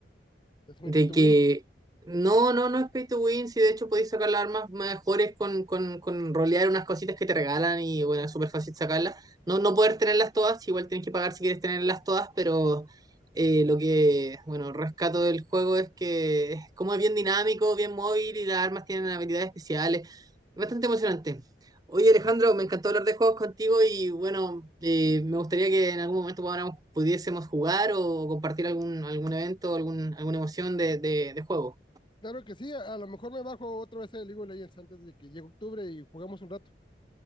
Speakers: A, on the left; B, on the right.
A: Es muy
B: de
A: pay to
B: que
A: win.
B: no, no, no es pay to win, si de hecho podéis sacar las armas mejores con, con, con rolear unas cositas que te regalan y bueno, es súper fácil sacarlas. No, no poder tenerlas todas, igual tienes que pagar si quieres tenerlas todas, pero eh, lo que, bueno, rescato del juego es que es como es bien dinámico, bien móvil y las armas tienen habilidades especiales. Es Bastante emocionante. Oye Alejandro, me encantó hablar de juegos contigo y bueno, eh, me gustaría que en algún momento podamos- pudiésemos jugar o compartir algún, algún evento, algún, alguna emoción de, de, de juego.
A: Claro que sí, a, a lo mejor me bajo otra vez el League of Legends antes de que llegue octubre y jugamos un rato.